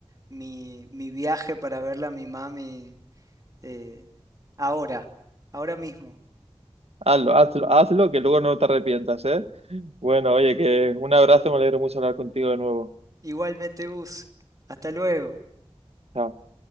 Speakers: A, on the right; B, on the right.
A: mi, mi viaje para verla a mi mami eh, ahora, ahora mismo.
B: Hazlo, hazlo, hazlo, que luego no te arrepientas, ¿eh? Bueno, oye, que un abrazo, me alegro mucho hablar contigo de nuevo.
A: Igualmente, Gus, hasta luego.
B: Chao.